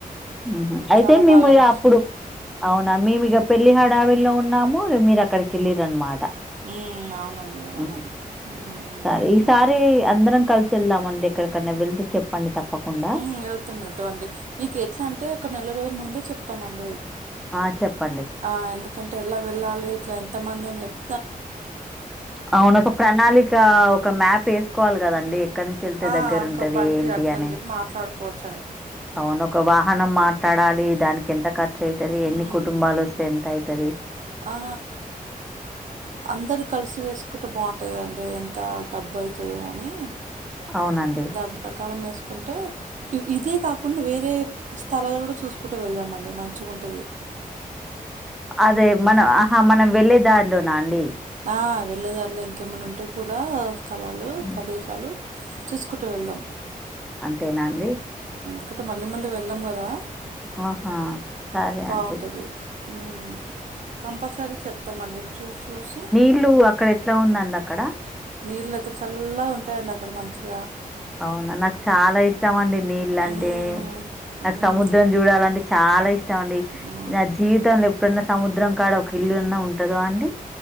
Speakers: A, in the centre; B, on the right.
A: ఉమ్ హ్ అయితే
B: చాలా
A: మేము
B: బాగా
A: ఇగ
B: అనిపించింది
A: అప్పుడు, అవునా మేము ఇగ పెళ్లి హడావిడ్ల ఉన్నాము మీరక్కడికి ఎల్లింరన్నమాట
B: మ్మ్, అవునండి అవును
A: ఉమ్
B: మ్మ్.
A: సరే, ఈసారి అందరం కలిసి సెళ్దామండి ఎక్కడికన్న వెళ్తే చెప్పండి తప్పకుండ.
B: ఇంగెల్తే వెళ్తామండి మీకు ఎట్లా అంటే ఒక నెల రోజు ముందే చెప్తామండి.
A: ఆ! చెప్పండి.
B: ఆ ఎందుకంటే ఎలా వెళ్ళాలి ఇట్ల ఎంతమందని జెప్
A: అవునొక ప్రణాళికా ఒక మ్యాప్ ఏసుకోవాలి గదండి ఎక్కడి నుంచి వెళ్తే
B: ఆ
A: దగ్గర
B: ఒక
A: ఉంటది
B: బండి
A: ఏంటి
B: అట్లని
A: అని,
B: చెప్పి మాట్లాడుకోవచ్చని
A: అవును ఒక వాహనం మాట్లాడాలి దానికి ఎంత ఖర్చు అయితది? ఎన్ని
B: ఉమ్
A: కుటుంబాలొస్తే ఎంత అయితది
B: ఆ అందరు కలిసి వేసుకుంటే బావుంటది కదండి ఎంత డబ్బు అయితదో అని
A: అవునండి.
B: దాని ప్రకారమేస్ కుంటే ఇదే కాకుండా వేరే స్థలాలు గుడా చూసుకుంట వెళ్దామండి మంచిగుంటది
A: అదే మన ఆహా మనం వెళ్ళే దారిలోనా అండి?
B: ఆ వెళ్ళే దారిలో ఇంకేమన్న ఉంటే గూడ స్థలాలు,
A: హ్మ్.
B: ప్రదేశాలు చూసుకుంట వెళ్దాం
A: అంతేనాండి
B: క్కత మళ్ళీ మళ్ళీ వెళ్దాం గదా
A: ఆ హా సరే
B: బాగుంటది
A: అండి
B: ఉమ్ కంపల్సరీ చెప్తమండి చూస్ చూసి
A: ట్లు అక్కడ ఎట్ల ఉందండి అక్కడ?
B: నీళ్ళతే చల్లగుంటయండి అసలు మంచిగా
A: అవునా నాకు చాలా ఇష్టం అండి నీళ్ళంటె,
B: ఉమ్
A: నాకు
B: ఉమ్
A: సముద్రం జూడాలంటే చాలా ఇష్టం అండి
B: ఆ
A: నా జీవితంలో ఎప్పుడన్న సముద్రం కాడ ఒక ఇల్లు అన్నా ఉంటదో అండి